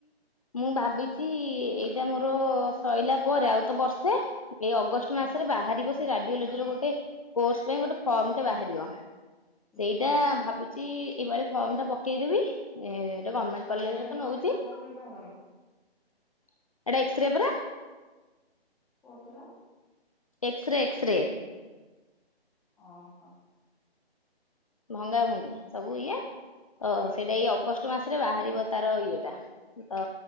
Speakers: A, on the left; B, in the centre.
A: ମୁଁ ଭାବିଛି ଏଇଟା ମୋର ସଇଲା ପରେ ଆଉ ତ ବର୍ଷେ ଏଇ ଅଗଷ୍ଟ
B: ହୁଁ
A: ମାସରେ ବାହାରିବ ସେ ରାଡିଓଲୋଜି ର ଗୋଟେ କୋର୍ସ ପାଇଁ ଗୋଟେ ଫର୍ମଟେ ବାହାରିବ।
B: ହୁଁ
A: ସେଇଟା ଭାବୁଛି ଏଇଭଳି ଫର୍ମଟା ପକେଇଦେବି ଏ ଗମେଣ୍ଟ କଲେଜରେ
B: ରାଡିଓଲୋଜି
A: ତ ନଉଛି।
B: ଟା
A: ଏଟା
B: କୋଉ ବିଭାଗର?
A: ଏକ୍ସରେ ପରା
B: <unintelligible>
A: ଏକ୍ସରେ ଏକ୍ସରେ।
B: ଅହୋ।
A: ଭଙ୍ଗାଭଙ୍ଗି ସବୁ ଇଏ। ଓ ସେଇଟା ଏଇ ଅଗଷ୍ଟ ମାସରେ ବାହାରିବ ତାର ଇଏଟା ତ